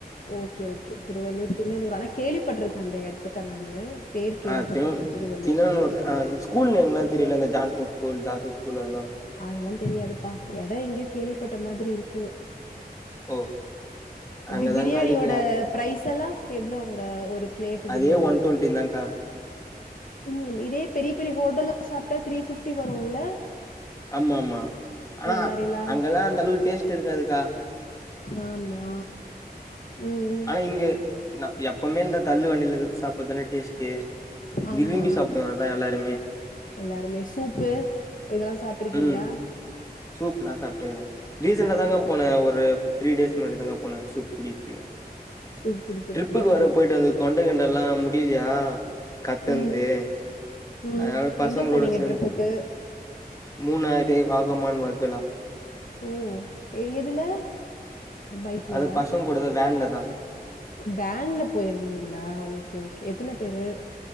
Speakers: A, on the left (about 55°); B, on the left (about 20°).
A: ஓகே ஓகே திருவள்ளூர் தின்னனூர் ஆனா கேள்விப்பட்டிருக்கே அந்த எடத்த நானு பேர் கேள்விப்பட்டுருக்கேன்
B: ஆ திரு
A: திருவள்ளூர்.
B: தின்னனூர் ஆ ஸ்கூல் நேம்லா தெரியுள்ள இந்த ஜான்சன் ஸ்கூல் தாசர் ஸ்கூல் அதெல்லா
A: அதெல்லா தெரியாதுப்பா எடோ எங்கியோ கேள்விப்பட்ட மாதிரி இருக்கு
B: ஓ
A: எப்டி
B: அங்கதான்கா
A: பிரியாணியோட
B: இருக்கு
A: பிரைஸ்ஸல்லா எவ்ளோ அங்க ஒரு பிளேட்
B: அதே
A: பிரியாணி
B: ஒன் டுவெண்ட்டி தான்கா
A: இன்னு இதே பெரிய பெரிய ஹோட்டலா சாப்ட்டா த்ரீ பிப்டி வருல்ல
B: ஆமா ஆமா ஆனா
A: மாரிலாம்
B: அங்கெல்லா அந்த அளவுக்கு டேஸ்ட் இருக்காதுக்கா
A: ஆமா ம், ம்.
B: ஆனா இங்க எப்பவுமே இந்த தள்ளு வண்டியில சாப்றதுதானே டேஸ்ட்டு
A: ஆமா
B: விரும்பி சாப்பிடுவாங்க அதா எல்லாருமே
A: எல்லாருமே சூப்பு இதெல்லா சாப்ட்ருக்கீங்ளா
B: ம் சூப்லா சாப்டுகிற ரீசண்டா தாங்க போன ஒரு த்ரீ டேஸ் முன்னாடிதாங்க போனே சூப் குடிக்கிற்துக்கு
A: சூப் குடிக்கிறதுக்கா?
B: ட்ரிப்புக்கு வேர போயிட்டு வந்து தொண்டகிண்டெல்லா முடியிலையா கத்தன்து
A: ம், ம்.
B: அதனால பசங்களோட
A: எங்க போனீங்க
B: சேந்
A: ட்ரிப்புக்கு?
B: மூணாயிரத்தி ஐநூறு வாகமானு வர்கலா
A: ஓ எ எதுல பைக்லயா?
B: அது பசங்கூடதா வேன்லதா
A: வேன்ல போயிருந்தீங்ளா ஓகே ஓகே எத்தன பேரு